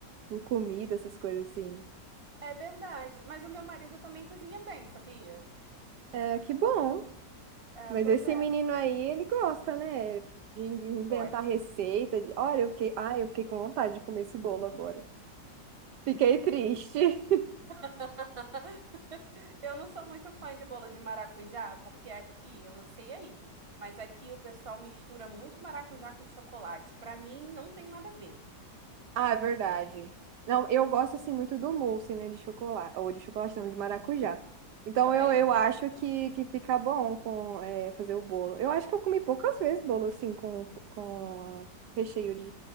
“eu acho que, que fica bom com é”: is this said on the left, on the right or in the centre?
Right